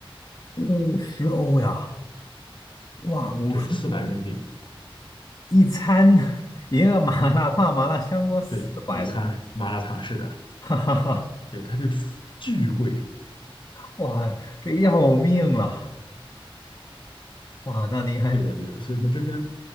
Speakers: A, on the left; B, on the left.
A: 五十欧呀，哇，五十欧
B: 对，四百人民币吧。
A: 一餐 <laughs> 一个麻辣烫、麻辣香锅四百，
B: 对，一餐麻辣烫是的，
A: 哈哈哈，
B: 对，它这巨贵。
A: 哇，这要命了，哇，那您还，
B: 对的，对的，所以说这边